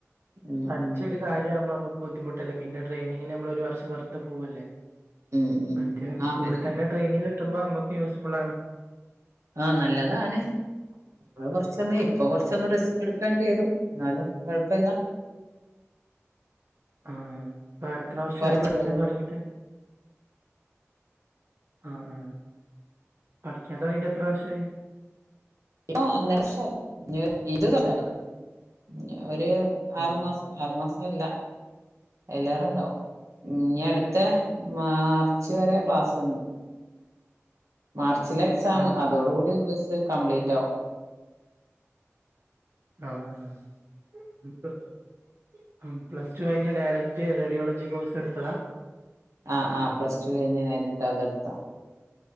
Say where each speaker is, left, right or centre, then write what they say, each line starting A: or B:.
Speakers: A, on the right (about 85°); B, on the right (about 55°).
A: ഉം
B: പഠിച്ച
A: ഉം
B: ഒരു കാര്യ ആവുമ്പോ നമുക്ക് ബുദ്ധിമുട്ടല്ലേ പിന്നെ ട്രെയിനിങ് നമ്മൾ ഒരു വർഷം വെറു പോവല്ലേ
A: ഉം ഉം
B: മറ്റേ
A: ആഹ്
B: കൂടെ
A: വരും
B: തന്നെ ടെയിനിങ് കിട്ട്പോ നമക്ക് യൂസ്ഫു ആണ്
A: ആഹ നല്ലതാണ് നമ്മള് കൊറച്ചൊന്ന് ഇപ്പൊ
B: ഉം
A: കൊറച്ചൊന്ന് റിസ്ക് എടുക്കേണ്ടി വരും എന്നാലും കൊഴപ്പല്ല
B: ആഹ അപ്പ എത്ര വർഷയി
A: കൊറച്ച്
B: പഠിക്കാൻ
A: വിചാരിക്ക
B: തൊടഗിറ്റ് ആ ആ പഠിക്കാൻ തൊടഗിറ്റ് എത്ര വർഷമായി
A: ഇപ്പ അന്നർക്ഷ ഇത് ഇനി
B: രണ്ട് വർ
A: ഒരു
B: ഓ
A: ആറു മാസം ആരുമാസം ഇല്ല എല്ലാവരും ഉണ്ടാവും ഇനി അടുത്ത മാർച്ച് വരെ ക്ലാസ്സുണ്ട് മാർച്ചിലെ എക്സാം
B: ആഹ്
A: അതോടുകൂടി യസ്സ് കംപ്ലീറ്റ് ആവും
B: ആഹ് <unintelligible> ഉം പ്ലസ് ടു കഴിഞ്ഞ് ഡയറക്റ്റ് റേഡിയോളജി കോഴ്സ് എടുത്തതാ
A: ആഹ് ആഹ് പ്ലസ് ടു കഴിഞ്ഞ് നേരിട്ട് അതെടുത്താ